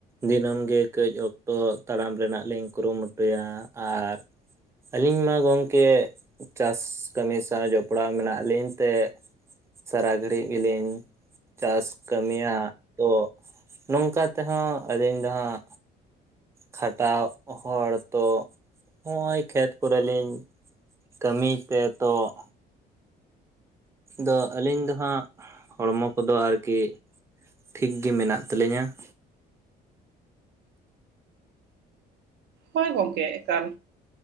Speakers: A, on the right (about 15°); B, on the right (about 75°).
A: ᱫᱤᱱᱟᱹᱢ ᱜᱮ ᱠᱟᱹᱡ ᱚᱠᱛᱚ ᱛᱟᱲᱟᱢ ᱨᱮᱱᱟᱜ ᱞᱤᱧ ᱠᱩᱨᱩᱢᱩᱴᱩᱭᱟ ᱟᱨᱼᱼ ᱟᱹᱞᱤᱧ ᱢᱟ ᱜᱚᱝᱠᱮ, ᱪᱟᱥ ᱠᱟᱹᱢᱤ ᱥᱟᱶ ᱡᱚᱯᱲᱟᱣ ᱢᱮᱱᱟᱜ ᱞᱤᱧ ᱛᱮᱼᱼ ᱥᱟᱨᱟ ᱜᱷᱟᱹᱲᱤᱡ ᱜᱮ ᱞᱤᱧ ᱪᱟᱥᱼᱼ ᱠᱟᱹᱢᱤᱭᱟ ᱛᱚ, ᱱᱚᱝᱠᱟ ᱛᱮᱦᱚᱸ ᱟᱹᱞᱤᱧ ᱫᱚ ᱦᱟᱸᱜᱼᱼ ᱠᱷᱟᱴᱟᱣ ᱦᱚᱲ ᱛᱚ ᱦᱚᱸᱜᱼᱚᱭ ᱠᱷᱮᱛ ᱠᱚᱨᱮᱞᱤᱧᱼᱼ ᱠᱟᱹᱢᱤᱛᱮ ᱛᱚ ᱾ ᱫᱚ ᱟᱹᱞᱤᱧ ᱫᱚ ᱦᱟᱸᱜ ᱦᱚᱲᱢᱚ ᱠᱚᱫᱚ ᱟᱨ ᱠᱤᱼᱼ ᱴᱷᱤᱠ ᱜᱮ ᱢᱮᱱᱟᱜ ᱛᱟᱹᱞᱤᱧᱟ ᱾
B: ᱦᱳᱭ ᱜᱚᱝᱠᱮ ᱮᱠᱟᱞ,